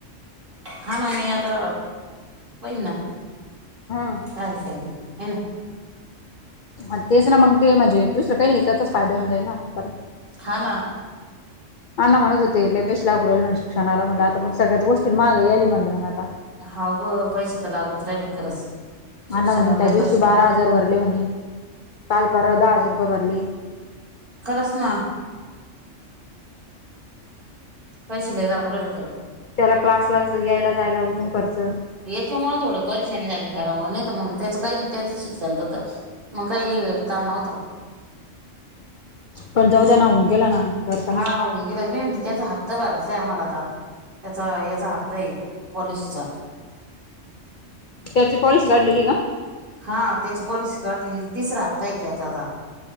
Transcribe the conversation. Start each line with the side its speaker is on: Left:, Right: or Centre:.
Right: खाना म आता पहि ना
Left: हां
Right: काय काही नाही आहे ना.
Left: ह तेच ना मग ते म्हणजे दुसरं काही नाही त्याचाच फायदा होऊ जाई ना तर.
Right: हा ना.
Left: अना म्हणत होते लाय पैसे लागून राल मग शिक्षणाला म्हणलं आता मग सगळ्याच गोष्टी मागे आली म्हटलं मग आता.
Right: हा गं पैसे तर लागूच राहिले खरंच. शिक्षणाला
Left: अणा म्हणे त्या
Right: लय
Left: दिवशी
Right: पैसे
Left: बारा
Right: लागू
Left: हजार भरले म्हणे काल पर दहा हजार रुपये भरले.
Right: खरच ना. पैसे लागून राहिली खरं.
Left: त्याला क्लासला यायला जायला उजून खर्च.
Right: त्याच्यामुळे थोडं परेशानी झाली घरामुळे नाही तर मग त्याचं काही नाही त्याचं शिक्ण. मग काही काम नव्हत.
Left: पण जाऊद्याना होऊन गेला ना. घर का
Right: हांगी
Left: नाही
Right: रजमी म्हती त्याचा हात. ह्त करायचं आहे आम्हाला आता त्याचा याचा हप्ता आहे पॉलिसीचा.
Left: त्याची पॉलिसी काढलेली का.
Right: हा त्याची पॉलिसी काढलेली तिसरा ह्ता येते त्याचा आता.